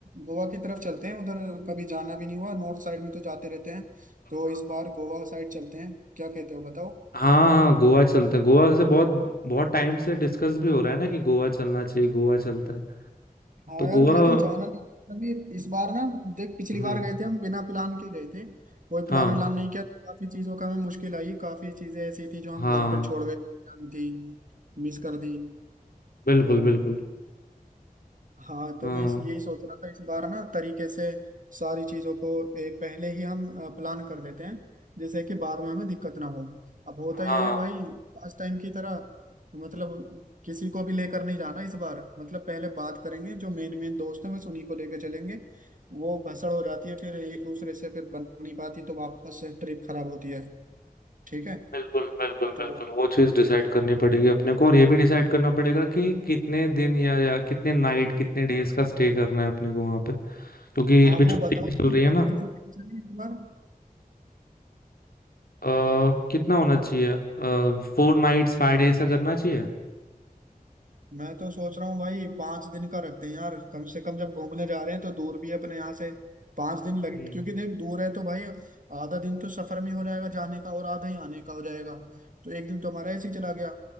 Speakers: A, on the right (about 60°); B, on the left (about 80°).
A: गोवा की तरफ चलते हैं उधर कभी जाना भी नहीं हुआ नॉर्थ साइड में तो जाते रहते हैं
B: हाँ
A: तो इस बार गोवा साइड चलते हैं क्या कहते हो बताओ
B: हाँ गोवा चलते हैं गोवा से बहुत बहुत टाइम से डिस्कस भी हो रहा है ना कि गोवा चलना चाहिए गोवा चलते हैं
A: हाँ
B: तो गोवा
A: यार लेकिन जाना नहीं अभी इस बार ना देख पिछली
B: हम्म
A: बार गए थे हम बिना प्लान के गए थे कोई प्लान
B: हाँ
A: व्लान नहीं किया काफी चीजों का हमें मुश्किल आई काफी चीजें ऐसी थी जो हम
B: हाँ
A: घर पर
B: हाँ,
A: छोड़ गए थी मिस कर दी
B: बिल्कुल
A: तो
B: बिल्कुल
A: हाँ तो
B: हाँ
A: मैं इस यही सोच रहा था इस बार ना तरीके से सारी चीजों को एक पहले ही हम प्लान कर लेते हैं जैसे कि बाद में हमें दिक्कत ना हो अब होता
B: हाँ
A: यह है भाई लास्ट टाइम की तरह मतलब किसी को भी लेकर नहीं जाना इस बार मतलब पहले बात करेंगे जो मेन मेन दोस्त हैं बस उन्हीं को लेकर चलेंगे वो भसड़ हो जाती है फिर एक दूसरे से फिर बन नहीं पाती तो वापस ट्रिप खराब होती है ठीक है
B: बिल्कुल बिल्कुल
A: तो
B: बिल्कुल वो चीज डिसाइड करनी पड़ेगी अपने को और ये भी डिसाइड करना पड़ेगा कि कितने दिन या या कितने नाइट कितने डेज का स्टे करना है अपने को वहां पे क्योंकि
A: हाँ
B: अभी छुट्टी
A: वो बताओ
B: भी चल
A: कि
B: रही है
A: कितने
B: ना
A: दिन के लिए चलें इस बार
B: आ, कितना होना चाहिए फोर नाइट्स फाइव डेज का करना चाहिए
A: मैं तो सोच रहा हूँ भाई पांच दिन का रखते हैं यार कम से कम जब घूमने जा रहे हैं तो दूर भी है अपने यहाँ से पांच दिन लगे
B: हम्म।
A: क्योंकि देख दूर है तो भाई आधा दिन तो सफर में हो जाएगा जाने का और आधा ही आने का हो जाएगा तो एक दिन तो हमारा ऐसे ही चला गया